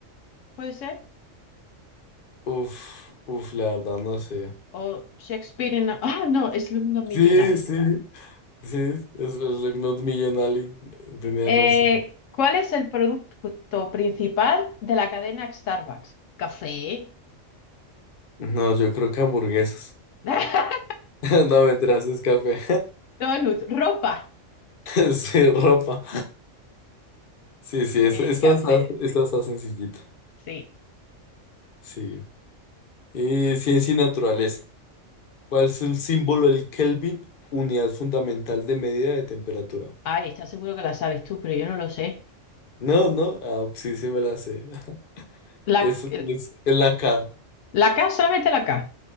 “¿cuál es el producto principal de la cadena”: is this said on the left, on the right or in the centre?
Left